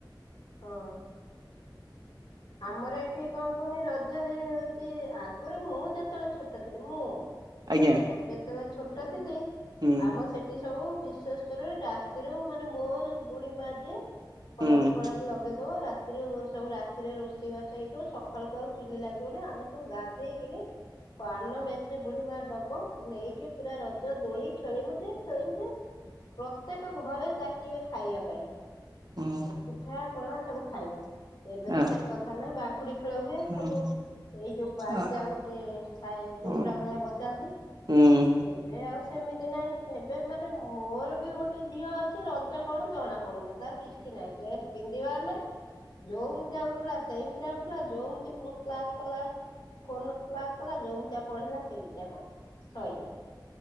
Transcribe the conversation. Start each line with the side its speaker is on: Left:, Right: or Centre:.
Left: ହଁ। ଆମର ଏଠି କଣ କୁହନି ରଜରେ ହଉଛି ଆଗରୁ ମୁଁ ଯେତେବେଳେ ଛୋଟ ଥିଲି ମୁଁ କୋ
Right: ଆଜ୍ଞା।
Left: ମୁଁ ଯେତେବେଳେ ଛୋଟ ଥିଲି
Right: ହୁଁ
Left: ଆମ ସେଠି ହଉ ବିଶ୍ୱାସ କରିବନି ରାତିରୁ ମାନେ ମୋର ବୁଢ଼ୀ ମା ଯିଏ
Right: ହୁଁ
Left: ହଳଦୀ ଫଳଦୀ ଲଗେଇଦବ ରାତିରୁ ସବୁ ରାତ <unintelligible> ରୋଷେଇବାସ ହେଇଥିବ ସକାଳକୁ ଆଉ ଚୁଲି ଲାଗିବନି ଆମେ ସବୁ ଗାଧେଇ ପାନ ମେଚେ ବୁଢ଼ୀମା ଦବ, ନେଇକି ପୁରା ରଜ ଦୋଳି ଖେଳିମୁ ଯେ ଖେଳିମୁ ଯେ ପ୍ରତ୍ୟେକ ଘରେ ଡାକିବେ ଖାଇଆ ପାଇଁ।
Right: ହୁଁ
Left: ପିଠା ପଣା ସବୁ ଖାଇମୁ। ଏବେତ
Right: ଆ
Left: ସେକଥା ନାହିଁ ବାଘୁଡ଼ି ଖେଳ ହୁଏ
Right: ହୁଁ
Left: ସବୁ। ଏଇ ଯୋଉ ବାଜା
Right: ଆ
Left: ଗୋଟେ ଥାଏ
Right: ହୁଁ
Left: ଡୁଙ୍ଗୁରା ଭଳିଆ ବଜାନ୍ତି
Right: ହୁଁ
Left: ଏବେ ଆଉ ସେମିତି ନାଇଁ। ଏବେ ମାନେ ମୋର ବି ଗୋଟେ ଝିଅ ଅଛି, ରଜ କଣ ଜଣା ପଡୁନି। ତାର କିଛି ନାହିଁ ଡ୍ରେସ୍ ପିନ୍ଧିବାର ନାହିଁ। ଯୋଉମୁତିଆ ଉଠିଲା ସେଇମିତିଆ ଉଠିଲା, ଯୋଉମୁତି ପୁଣି କ୍ଲାସ କଲା ଫୋନରୁ କ୍ଲାସ କଲା, ଯୋଉମୁତିଆ ପଢ଼ିଲା ସେମତିଆ ପଢ଼ିଲା ସଇଲା।